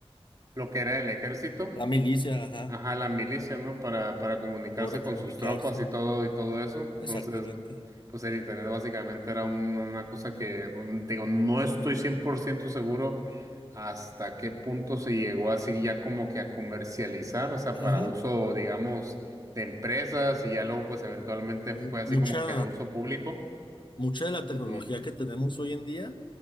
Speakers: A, on the right; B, on the left.
A: lo que era el ejército
B: La milicia, ajá,
A: Ajá, la milicia, ¿no? Para, para comunicarse
B: para comunicarse,
A: con sus tropas y todo y todo eso. Entonces,
B: exactamente.
A: pues el internet básicamente era un- una cosa que, bueno, te digo, no estoy 100% seguro hasta qué punto se llegó así ya como que a comercializar, o sea,
B: Ujú.
A: para uso, digamos, de empresas y ya luego pues eventualmente
B: Mu-
A: fue así
B: Mucha.
A: como que de uso público.
B: mucha de la tecnología
A: Mm,
B: que tenemos hoy en día